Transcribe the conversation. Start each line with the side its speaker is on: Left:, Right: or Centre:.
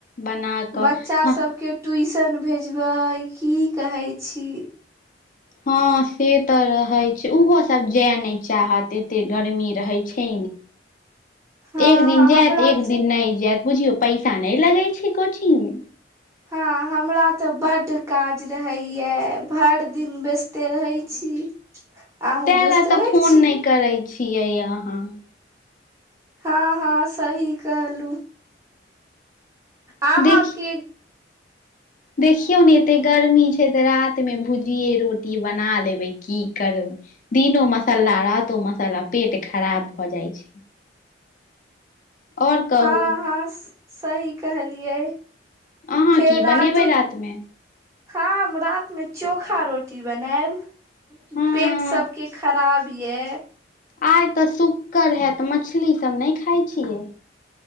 Left: बना
Right: बच्चा
Left: कऽ
Right: सबके
Left: ह
Right: ट्यूशन भेजबै की कहै छी?
Left: हँ से तऽ रहै छै ओहोसभ जाय नहि चाहत एते गर्मी रहै छै।
Right: हँ
Left: एक दिन जायत
Right: हमरा
Left: एक दिन नहि जायत बुझियौ पै सा नहि लगे छै कोचिंग में?
Right: हँ हमरा तऽ बड्ड काज रहैया, भर दिन व्यस्ते रहै छी। अहूँ
Left: तै
Right: व्यस्त
Left: ले तऽ
Right: रहै
Left: फोन
Right: छी
Left: नइ करै छियै अहाँ।
Right: हँ हँ सही कहलूँ। आहाँ
Left: देखि
Right: के
Left: देखियौ ने एते गर्मी छै, तऽ रात मे भुजिये रोटी बना लेबैय। की करबै दिनो मसाला, रातो मसाला पेट खराब भऽ जाइ छै। और कहू
Right: हँ हँ सही कहलियै।
Left: अहाँ
Right: फेर
Left: की
Right: रातो,
Left: बनेबै रात मे
Right: ह हम राति मे चोखा रोटी बनायैब
Left: हँ
Right: पेट सबके खराब, पीए,
Left: आइ तऽ शुकर हैइत मछली सब नहि खाय छियै।